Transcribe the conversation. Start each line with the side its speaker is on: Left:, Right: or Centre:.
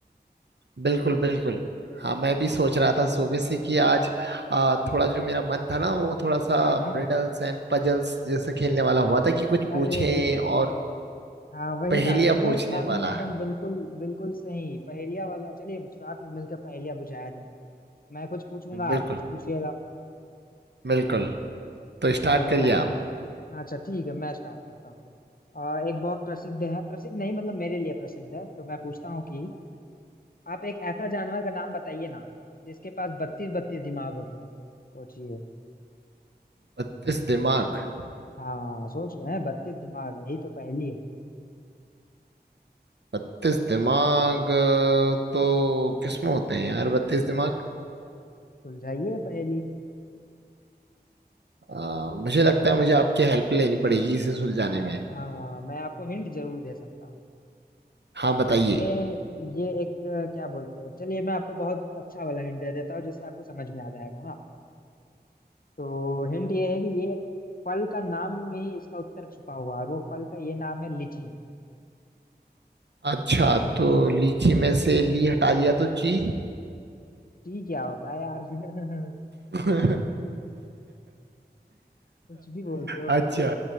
Right: बिल्कुल बिल्कुल हाँ मैं भी सोच रहा था सुबह से कि आज आ, थोड़ा जो मेरा मन था ना वो थोड़ा सा
Left: हाँ हाँ
Right: रिडल्स एंड पजल्स जैसे खेलने वाला हुआ था कि कुछ पूछें
Left: अरे
Right: और
Left: हाँ वही
Right: पहेलियां
Left: ना रिडल्स
Right: पूछने
Left: आपने
Right: वाला
Left: एकदम बिल्कुल बिल्कुल सही पहेलिया वाला चलिए साथ में मिलकर पहेलिया बुझाया जाए मैं कुछ पूछूंगा आप
Right: बिल्कुल
Left: कुछ पूछिएगा
Right: बिल्कुल तो स्टार्ट
Left: तो
Right: करिए
Left: पह...
Right: आप
Left: अच्छा ठीक है मैं स्टार्ट करता हूँ फिर अ, एक बहुत प्रसिद्ध है प्रसिद्ध नहीं मतलब मेरे लिए प्रसिद्ध है तो मैं पूछता हूँ कि आप एक ऐसा जानवर का नाम बताइए ना जिसके पास बत्तीस बत्तीस दिमाग होते हैं सोचिए
Right: बत्तीस दिमाग
Left: हाँ सोच रहे हैं बत्तीस दिमाग यही तो पहेली है
Right: बत्तीस दिमाग अ, तो किसमें होते हैं यार बत्तीस दिमाग
Left: सुलझाइए पहेली
Right: आ, मुझे लगता है मुझे आपकी हेल्प लेनी पड़ेगी इसे सुलझाने में
Left: हाँ मैं आपको हिंट जरूर दे सकता हूँ
Right: हाँ बताइए
Left: ये ये एक अ, क्या बोलते हैं चलिए मैं आपको बहुत अच्छा वाला हिंट दे देता हूँ जिससे आपको समझ में आ जाएगा ना तो हिंट ये है कि ये एक फल का नाम में ही इसका उत्तर छुपा हुआ है और वो फल का ये नाम है लीची
Right: अच्छा तो लीची में से ली हटा दिया तो ची
Left: ची क्या होता है यार <laughs>
Right: <laughs>
Left: कुछ भी बोलते हो
Right: अच्छा